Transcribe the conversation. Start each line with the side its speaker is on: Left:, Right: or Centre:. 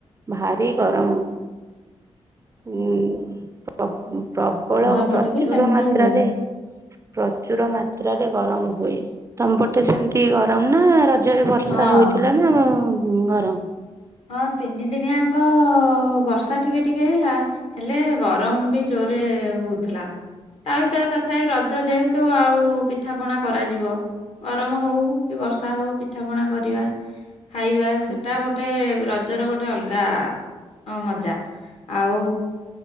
Right: ଭାରି ଗରମ ଉଁ ପ୍ରବଳ
Left: ଆମ ଏପଟେ
Right: ପ୍ରଚୁର
Left: ବି ସେମିତି
Right: ମାତ୍ରାରେ
Left: ହୁଏ
Right: ପ୍ରଚୁର ମା ତରେ ଗରମ ହୁଏ। ତମପଟେ ସେମିତି ଗରମ ନା ରଜରେ ବର୍ଷା
Left: ହଁ।
Right: ହଉଥିଲା? ନା ଆମ ଗରମ
Left: ହଁ ତିନି ଦିନି ଆଙ୍କ ବର୍ଷା ଟିକେ ଟିକେ ହେଲା। ହେଲେ ଗରମ ବି ଜୋରେ ହଉଥିଲା। ତା ଭିତରେ ତଥାପି ରଜ ଯେହେତୁ ଆଉ ପିଠା ପଣା କରାଯିବ। ଗରମ ହଉ କି ବର୍ଷା ହଉ ପିଠା ପଣା କରିବା ଖାଇବା
Right: ହୁଁ
Left: ସେଟା ଗୋ ରଜର ଗୋଟେ ଅଲଗା ଅ ମଜା ଆଉ